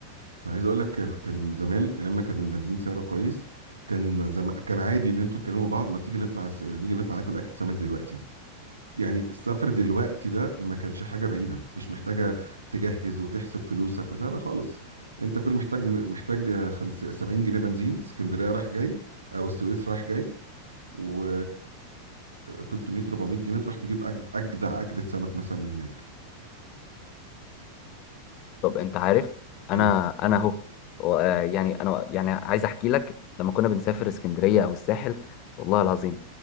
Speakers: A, on the right; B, on the left.
A: انا عايز اقول لك آه، كان زمان ايام ما كان البنزين سعره كويس كان زم... كان عادي ان انتوا تكلموا بعض ما تيجي نطلع س... نيجي نطلع ناكل اكل سمك دلوقتي يعني السفر دلوقتي ده ما كانش حاجه بعيده مش محتاجه تجهز وتحسب فلوسك لا لا خالص انت كل محتاج محتاج آه، خمس... 70 جنيه بنزين اسكندريه رايح جاي او السويس رايح جاي و 300 400 جنيه تروح تجيب أج- اجدع اجدة سمك مثلا من هناك
B: طب انت عارف انا
A: ايه
B: انا اهو و- آه، يعني انا يعني عايز احكي لك لما كنا بنسافر اسكندريه او الساحل والله العظيم